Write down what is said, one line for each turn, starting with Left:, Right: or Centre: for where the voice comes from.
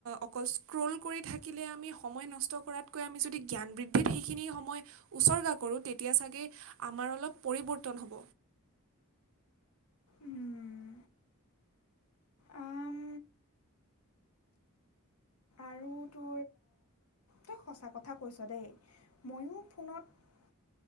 Right: অকল স্ক্ৰল কৰি থাকিলে আমি সময় নষ্ট কৰাতকৈ আমি যদি জ্ঞান বৃদ্ধিত সেইখিনি সময় উচৰ্গা কৰোঁ তেতিয়া চাগে আমাৰ অলপ পৰিৱৰ্তন হ'ব।
Left: উম, আম, আৰু তোৰ টো তই সঁচা কথা কৈছ দেই ময়ো ফোনত